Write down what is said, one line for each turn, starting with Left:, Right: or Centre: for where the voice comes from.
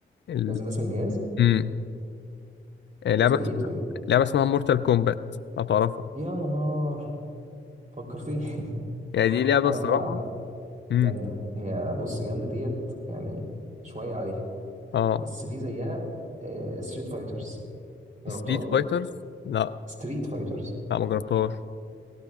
Left: ال
Right: لازم اسم الجهاز
Left: امم آه، لعبه
Right: زي ايه طيب
Left: لعبه اسمها مورتال كومبات لو تعرفها
Right: يا نهار فكرتني <laughs>
Left: يعني دي لعبه
Right: عامله
Left: الصراحه
Right: عامله
Left: امم
Right: جامده هي بص جامده ديت يعني شويه عليها
Left: اه
Right: بس في زيها ستريت فايترز جربتها
Left: ستريت فايترز لا
Right: ستريت فايترز
Left: لا ما جربتهاش